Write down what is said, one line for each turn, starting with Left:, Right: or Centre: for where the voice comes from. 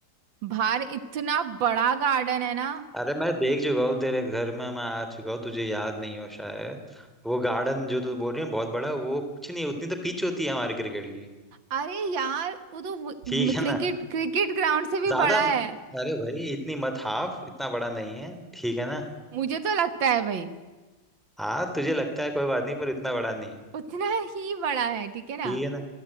Right: बाहर इतना बड़ा गार्डन है ना
Centre: अरे मैं देख चुका हूँ तेरे घर में मैं आ चुका हूँ तुझे याद नहीं हो शायद वो गार्डन जो तू बोल रही है बहुत बड़ा है, वो कुछ नहीं है, उतनी तो पिच होती है हमारे क्रिकेट की
Right: अरे यार वो तो वो-
Centre: ठीक है
Right: क्रिकेट
Centre: ना
Right: क्रिकेट ग्राउंड से भी
Centre: ज्यादा
Right: बड़ा है
Centre: अरे भाई इतनी मत हाफ इतना बड़ा नहीं है ठीक है ना
Right: मुझे तो लगता है भाई
Centre: हाँ तुझे लगता है कोई बात नहीं पर इतना बड़ा नहीं
Right: उतना ही बड़ा है ठीक है ना
Centre: ठीक है ना